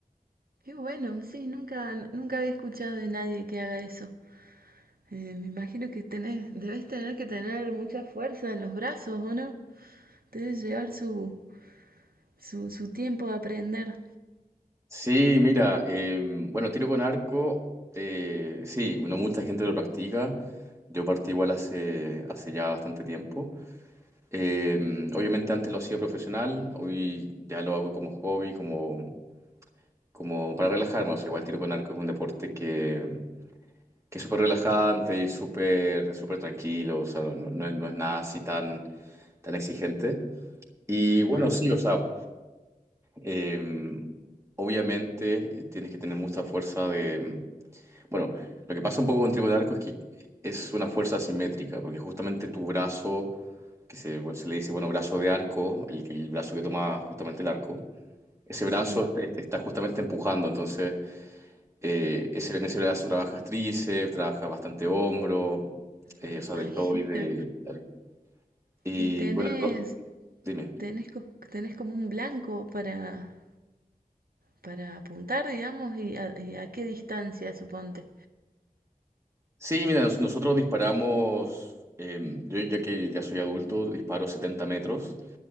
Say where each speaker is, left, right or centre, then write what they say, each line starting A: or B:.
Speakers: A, on the right (about 85°); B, on the right (about 20°).
A: Qué bueno, sí, nunca, nunca había escuchado de nadie que haga eso. Eh, me imagino que tenés, debes tener que tener mucha fuerza en los brazos, ¿o no? Debe llevar su, su, su tiempo de aprender.
B: Sí, mira, eh, bueno, tiro con arco, eh, sí, no mucha gente lo practica, yo partí igual hace, hace ya bastante tiempo. Eh, obviamente antes lo hacía profesional, hoy ya lo hago como hobby, como, como para relajarme. O sea, igual tiro con arco es un deporte que, que es súper relajante y súper súper tranquilo, o sea, no, no es, no es nada así tan, tan exigente. Y
A: Ajá,
B: bueno, sí, o sea, eh, obviamente eh, tienes que tener mucha fuerza de, Bueno, lo que pasa un poco con Trigo arco es que es una fuerza asimétrica, porque justamente tu brazo, que se, bueno, se le dice, bueno, brazo de arco, el, el brazo que toma justamente el arco, ese
A: sí,
B: brazo está, está justamente empujando, entonces eh, ese, en ese brazo trabajas tríceps, trabajas bastante hombro, eh,
A: me
B: o sea,
A: imagino.
B: deltoide, tal. Y
A: ¿Y tenés,
B: bueno, no, dime.
A: tenés, co- tenés como un blanco para, para apuntar, digamos, y a, y a qué distancia, suponte?
B: Sí, mira, nos- nosotros disparamos, eh, yo ya que ya soy adulto, disparo 70 metros,